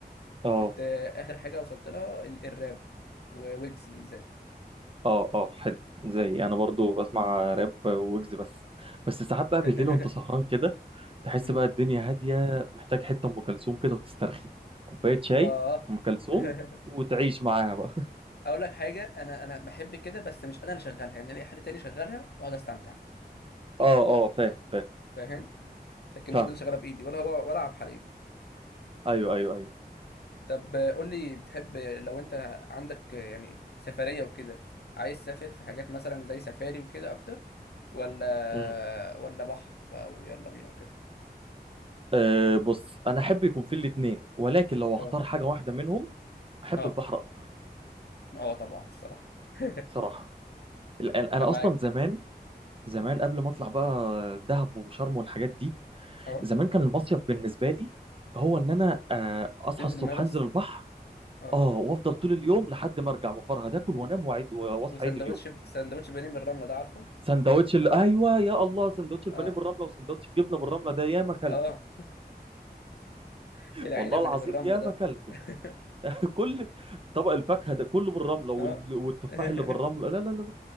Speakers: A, on the right; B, on the left.
A: اه
B: كنت آه، اخر حاجه وصلت لها ال- الراب وويجز بالذات
A: اه اه حلو زي انا برضو بسمع راب ويجز بس بس ساعات بقى
B: <laughs>
A: بالليل وانت سهران كده تحس
B: مم.
A: بقى الدنيا هاديه محتاج حته ام كلثوم كده وتسترخي كوبايه شاي
B: اه
A: ام كلثوم
B: <laughs>
A: وتعيش معاها بقى
B: اقول لك حاجه انا انا بحب كده بس مش انا اللي شغالها يعني الاقي حد تاني شغالها واقعد استمتع
A: <laughs> اه اه فاهم فاهم
B: فاهم لكن مش
A: فاهم
B: انا اللي شغاله بايدي ولا هو ولا عبد الحليم
A: ايوه ايوه ايوه
B: طب آه، قول لي بتحب آه، لو انت عندك آه، يعني سفريه وكده عايز تسافر في حاجات مثلا زي سفاري وكده اكتر ولا
A: امم
B: ولا بحر بقى ويلا بينا وكده
A: أه بص انا احب يكون في الاثنين ولكن لو اختار
B: اه
A: حاجه واحده منهم احب
B: اه
A: البحر اكتر
B: اه طبعا الصراحه <laughs>
A: بصراحه ال- ال- انا
B: انا معاك
A: اصلا زمان زمان
B: مم.
A: قبل ما اطلع بقى دهب وشرم والحاجات دي
B: اه
A: زمان كان المصيف بالنسبه لي هو ان انا آه، اصحى
B: تنزل
A: الصبح
B: الميه بس
A: انزل البحر
B: اه
A: اه وافضل طول اليوم لحد ما ارجع مفرهد اكل
B: و...
A: وانام واعيد واصحى
B: وسندوتش
A: عيد اليوم
B: سندوتش بانيه بالرمله ده عارفه
A: سندوتش ال- ايوه يا الله سندوتش البانيه
B: اه
A: بالرمله وسندوتش الجبنه بالرمله ده ياما اكلته
B: اه <laughs> العنب
A: والله العظيم
B: اللي بالرمله
A: ياما
B: ده
A: اكلته
B: <laughs>
A: كل طبق الفاكهه ده كله بالرمله وال-
B: اه
A: والتفاح
B: <laughs>
A: اللي بالرمله لا لا لا لا.